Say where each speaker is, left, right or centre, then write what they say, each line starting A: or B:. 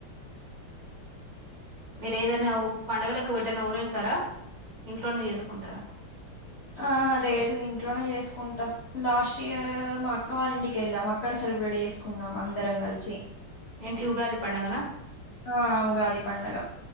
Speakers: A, on the right (about 50°); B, on the left (about 50°).
A: మీరు ఏదన పండుగలకు ఓటెన్న ఊరు వెళ్తారా ఇంట్లోనే చేసుకుంటర
B: ఆ హా లేదు ఇంట్లోనే చేసుకుంటం లాస్ట్ ఇయర్ మా అక్క వాళ్ళ ఇంటికి ఎల్లాం అక్కడ సెలబ్రేట్ చేసుకున్నాం అందరం కలిసి
A: ఏంటి ఉగాది పండగన
B: ఆ ఉగాది పండగ